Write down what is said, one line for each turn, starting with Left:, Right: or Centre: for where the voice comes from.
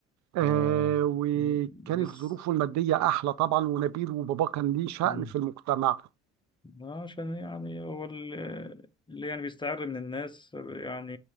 Right: آه
Left: آه
Right: وكانت
Left: بس
Right: ظروفه الماديه احلى طبعا ونبيل وباباه كان ليه شأن
Left: مم.
Right: في المجتمع
Left: عشان يعني هو ال- اللي يعني بيستعر من الناس يعني